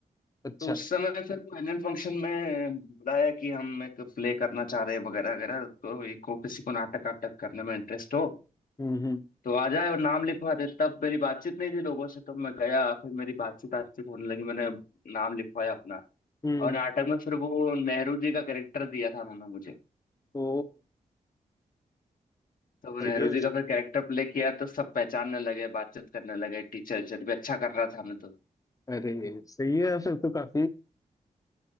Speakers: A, on the left; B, on the left.
A: अच्छा
B: तो उस समय फिर वो एनुअल फंक्शन में बुलाया कि हम एक प्ले करना चाह रहे हैं वगैरह वगैरह तो ये को किसी को नाटक वाटक करने में इंटरेस्ट हो
A: हम्म हम्म
B: तो आ जाए और नाम लिखवा दे तब मेरी बातचीत नहीं थी लोगों से तो मैं गया फिर मेरी बातचीत बातचीत होने लगी मैंने नाम लिखवाया अपना
A: हम्म,
B: और नाटक में फिर वो नेहरू जी का कैरेक्टर दिया था उन्होंने मुझे
A: ओ
B: तो वो
A: सही
B: नेहरू
A: है
B: जी का फिर कैरेक्टर प्ले किया तो सब पहचानने लगे बातचीत करने लगे टीचर टीचर भी अच्छा कर रहा था मैं तो
A: अरे सही है फिर तो काफी